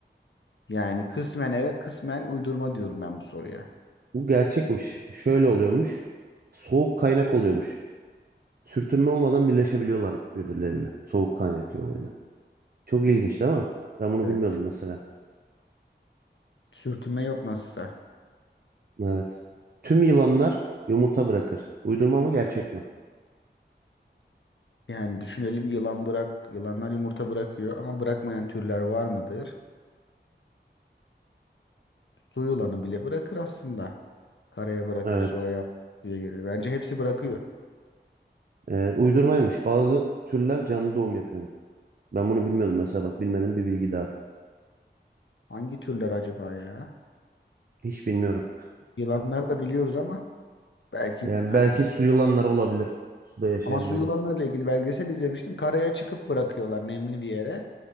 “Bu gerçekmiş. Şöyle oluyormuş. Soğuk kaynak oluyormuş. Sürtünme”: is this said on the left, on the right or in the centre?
Right